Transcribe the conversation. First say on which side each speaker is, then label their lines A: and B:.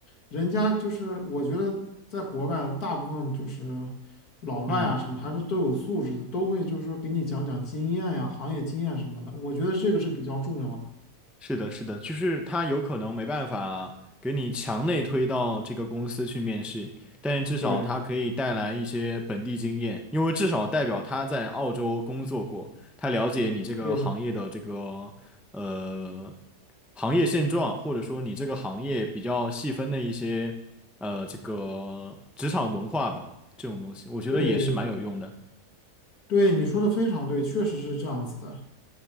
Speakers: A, on the left (about 65°); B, in the centre.
A: 人家就是我觉得在国外大部分就是老外啊什么还是都有素质的，
B: 嗯。
A: 都会就是说给你讲讲经验呀、行业经验什么的，我觉得这个是比较重要的。
B: 是的，是的，就是他有可能没办法给你强内推到这个公司去面试，但是至少他可以带来一些本地经验，
A: 对
B: 因为至少代表他在澳洲工作过，他了解你这个行业的这个呃
A: 对
B: 行业现状，或者说你这个行业比较细分的一些呃这个职场文化吧，这种东西，我觉得也是蛮有用的。
A: 对对，你说的非常对，确实是这样子的。